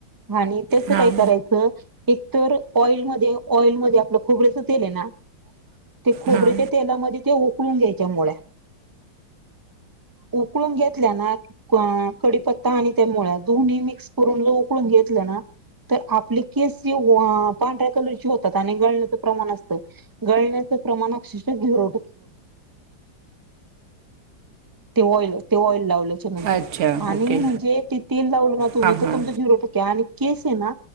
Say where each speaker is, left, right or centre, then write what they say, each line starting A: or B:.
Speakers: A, on the right (about 25°); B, on the right (about 50°).
A: आणि त्याच
B: हां
A: काय करायचं. एक तर ऑइलमध्ये ऑइलमध्ये आपलं खोबऱ्याच तेल आहे ना. ते खोबऱ्याच्या
B: हां
A: तेलामध्ये ते उकळून घ्यायच्या मुळ्या उकून घेतल्या ना कडीपत्ता आणि त्या मुळ्या दोन्ही मिक्स करून जो उकळून घेतलं ना. तर आपले केस जे पांढऱ्या कलरची होतात आणि गळण्याचं प्रमाण असतं गळण्या प्रमाण अक्षरशः ऑइल ते ऑइल लावल्या.
B: अच्छा
A: आणि
B: ओके
A: म्हणजे ते तेल लावल ना तुम्ही
B: हां हां
A: तर तुमचा झिरो टक्के. आणि केस आहे ना